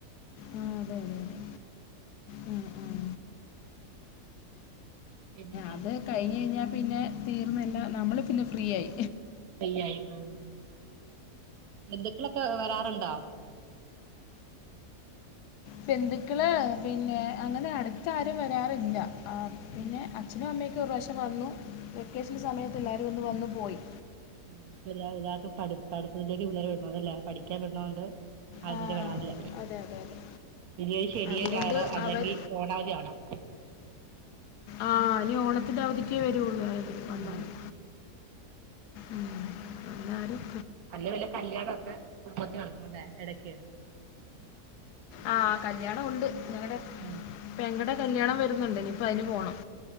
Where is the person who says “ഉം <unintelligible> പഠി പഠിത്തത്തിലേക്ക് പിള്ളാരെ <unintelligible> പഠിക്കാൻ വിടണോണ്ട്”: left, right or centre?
Right